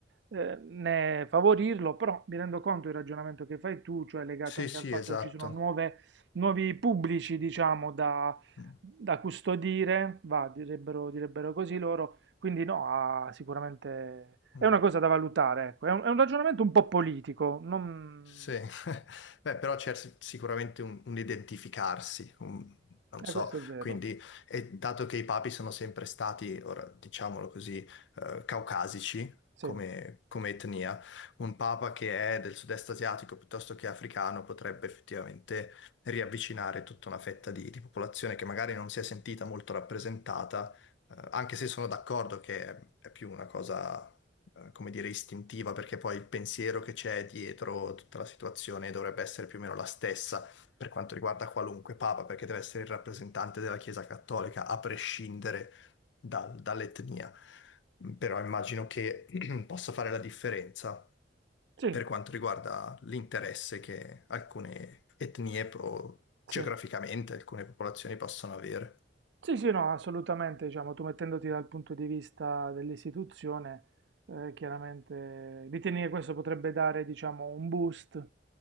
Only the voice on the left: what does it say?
Sì,
sì,
esatto.
Mm,
mm.
Sì, <laughs> beh, però c'è sic- sicuramente un, un identificarsi, un- non so,
quindi, e dato che i papi sono sempre stati, ora diciamolo così, eh, caucasici
come,
come etnia, un papa che è del sud-est asiatico piuttosto che africano potrebbe effettivamente riavvicinare tutta una fetta di, di popolazione che magari non si è sentita molto rappresentata eh, anche se sono d'accordo che è è più una cosa, eh, come dire, istintiva, perché poi il pensiero che c'è dietro tutta la situazione dovrebbe essere più o meno la stessa per quanto riguarda qualunque papa, perché deve essere il rappresentante della Chiesa Cattolica, a prescindere dal- dall'etnia. Però immagino che <clears throat> possa fare la differenza
per quanto riguarda l'interesse che alcune etnie, pro- geograficamente,
alcune popolazioni possono avere.